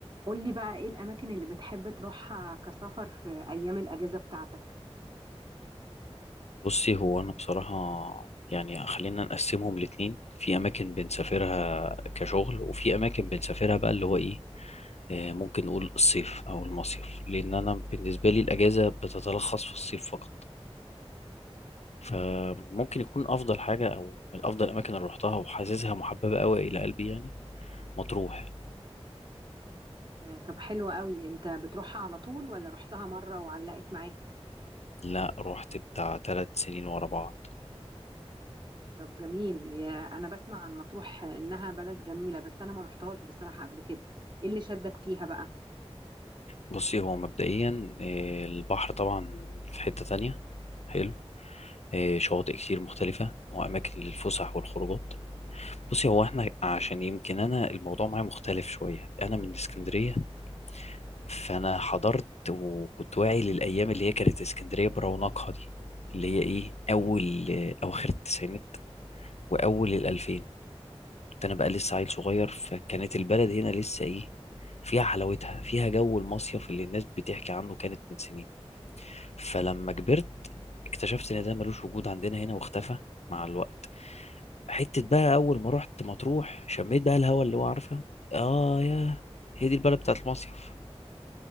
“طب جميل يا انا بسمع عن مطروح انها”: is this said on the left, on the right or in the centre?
Right